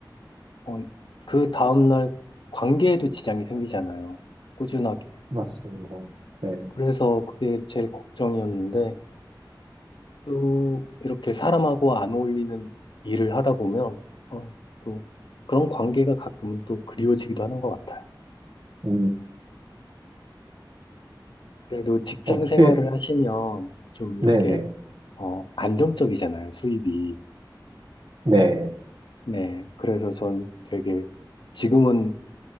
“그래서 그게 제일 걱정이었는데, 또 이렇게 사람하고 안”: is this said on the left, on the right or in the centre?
Left